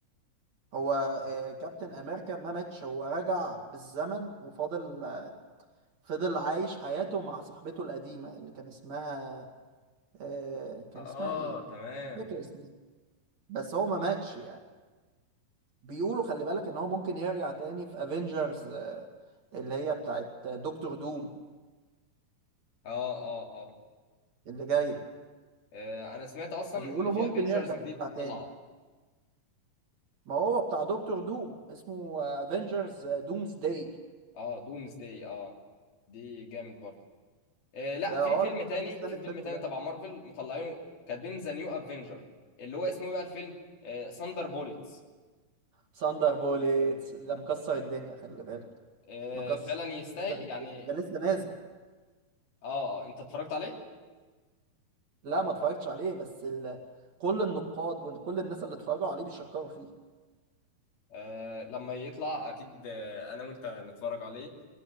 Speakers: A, on the right; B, on the left.
A: هو آه، كابتن امريكا ما ماتش هو رجع بالزمن وفاضل فضل عايش حياته مع صاحبته القديمة اللي كان اسمها آه كان
B: اه
A: اسمها ايه؟
B: تمام
A: مش فاكر اسمها بس هو ما ماتش يعني بيقولوا خلي بالك ان هو ممكن يرجع تاني في افنجرز آه اللي هي بتاعت دكتور دوم
B: اه اه اه
A: اللي جاية
B: آه، انا سمعت اصلا
A: بيقولوا
B: ان في
A: ممكن
B: افنجرز
A: يرجع
B: جديد
A: تاني
B: طالعه
A: ما هو بتاع دكتور دوم اسمه افنجرز دومز داي
B: اه دومز داي اه دي جامد برضه آه لا
A: ده
B: في
A: اه
B: فيلم
A: ده انا
B: تاني
A: مستني
B: في
A: الفيلم
B: فيلم تاني
A: ده
B: تبع مارفل مطلعينه كاتبين ذا نيو افنجر اللي هو اسمه إيه بقى الفيلم آه ساندر بوليتس
A: ساندر بوليتس ده مكسر الدنيا خلي بالك
B: آه
A: مكسر
B: فعلا يستاهل
A: الدنيا
B: يعني
A: ده لسه نازل
B: اه انت اتفرجت عليه
A: لا ما اتفرجتش عليه بس ال... كل النقاد وكل الناس اللي اتفرجوا عليه بيشكروا فيه
B: آه لما يطلع اكيد آه، انا وانت نتفرج عليه